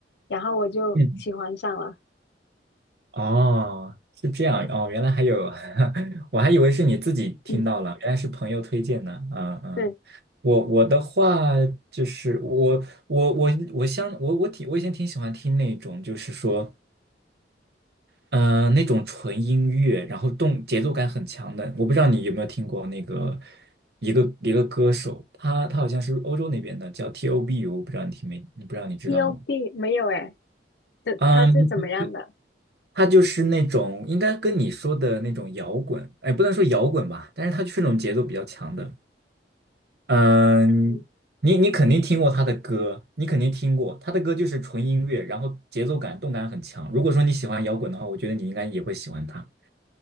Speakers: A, on the left (about 70°); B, on the right (about 60°).
A: 然后我就喜欢上了。
B: 嗯哦，是这样哦，原来还有，<laughs> 我还以为是你自己听到了，
A: 嗯，
B: 原来是朋友推荐的。嗯嗯，
A: 对
B: 我我的话就是我我我我相我我挺我以前挺喜欢听那种就是说，嗯那种纯音乐，然后动节奏感很强的。我不知道你有没有听过那个一个一个歌手，他他好像是欧洲那边的，叫 T.O.B.U，不知道你听没？你不知道你知道吗？
A: p o b 没有诶，这他是怎么样的？
B: 嗯。他就是那种应该跟你说的那种摇滚，哎，不能说摇滚吧，但是他就是那种节奏比较强的。嗯，
A: 嗯
B: 你你肯定听过他的歌，你肯定听过他的歌，就是纯音乐，然后节奏感、动感很强。如果说你喜欢摇滚的话，我觉得你应该也会喜欢他。